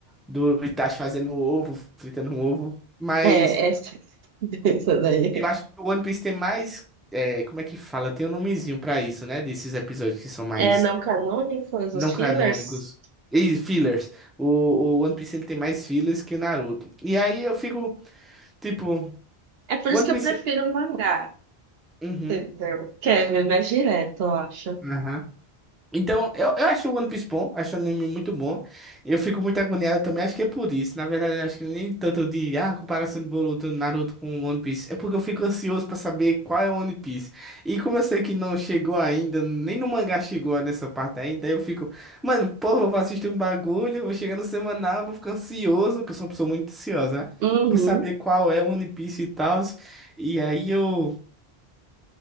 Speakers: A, in the centre; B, on the right.
A: do Itachi fazendo ovo, fritando um ovo, mas
B: É, essa, <laughs> essa daí.
A: Eu acho que o One Piece tem mais. é, como é que fala? Tem um nomezinho pra isso, né? Desses episódios que são mais
B: É não canônicos,
A: não
B: os fillers.
A: canônicos. E fillers. O, o One Piece ele tem mais fillers que o Naruto. E aí eu fico, tipo,
B: É por
A: One
B: isso que
A: Piece.
B: eu prefiro o mangá,
A: Uhum.
B: entendeu? Que é mais direto, eu acho.
A: aham. Então, eu, eu acho o One Piece bom, acho o anime muito bom. Eu fico muito agoniado também, acho que é por isso. Na verdade, eu acho que nem tanto de, ah, comparação do Boruto, Naruto com o One Piece. É porque eu fico ansioso pra saber qual é o One Piece. E como eu sei que não chegou ainda, nem no mangá chegou nessa parte ainda, eu fico, mano, pô, eu vou assistir um bagulho, vou chegar no semanal, vou ficar ansioso, que eu sou uma pessoa muito ansiosa, né?
B: Uhum.
A: Pra saber qual é o One Piece e tal. E aí eu